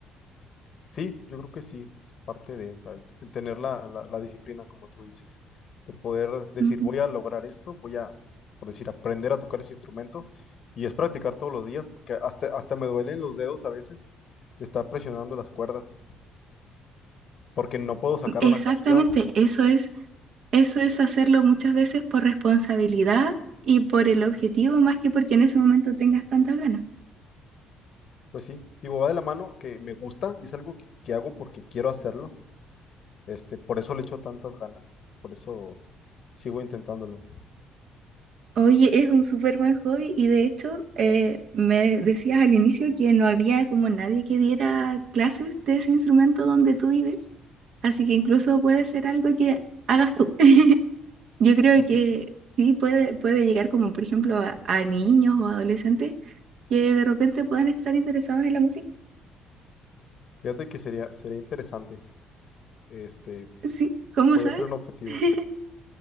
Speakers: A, on the left; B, on the right.
A: Sí, yo creo que sí, es parte de, o sea, el, el tener la, la- la disciplina, como tú dices, de poder decir,
B: Ujú.
A: voy a lograr esto, voy a, por decir, aprender a tocar ese instrumento, y es practicar todos los días, porque hasta, hasta me duelen los dedos a veces de estar presionando las cuerdas, porque no puedo sacar
B: Exactamente,
A: una canción.
B: eso es, eso es hacerlo muchas veces por responsabilidad y por el objetivo más que porque en ese momento tengas tantas ganas.
A: Pues sí, digo, va de la mano que me gusta y es algo que, que hago porque quiero hacerlo, este, por eso le echo tantas ganas, por eso sigo intentándolo. <laughs>
B: Oye, es un súper buen hobby y de hecho eh, me decías al inicio que no había como nadie que diera clases de ese instrumento donde tú vives, así que incluso puede ser algo que hagas tú. <laughs> Yo creo
A: Mm,
B: que sí puede, puede llegar como por ejemplo a, a niños o adolescentes que de repente puedan estar interesados en la música.
A: Fíjate que sería, sería interesante, este
B: Sí, ¿cómo
A: Podría
B: sabes?
A: ser un objetivo.
B: <laughs>